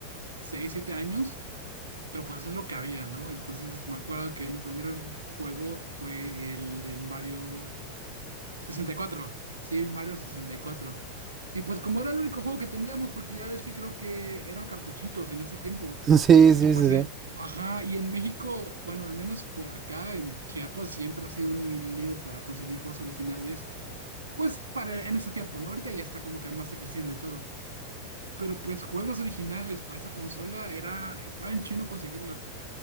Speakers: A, on the right (about 80°); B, on the right (about 25°).
A: 6, 7 años, pero pues es lo que había, ¿no? Entonces me acuerdo que mi primer juego fue el del Mario 64, sí, el Mario 64. Y pues como era el único juego que teníamos, porque ya ves que creo que eran cartuchitos en ese tiempo.
B: <laughs> Sí, sí,
A: Y pues,
B: sí,
A: eh,
B: sí.
A: ajá, y en México, bueno, al menos por acá, en Chiapas, siempre ha sido un lío para conseguir juegos originales. Pues para en ese tiempo, ¿no? Ahorita ya está como que más accesible todo. Pero pues juegos originales para esa consola era, estaba en chino conseguirlo.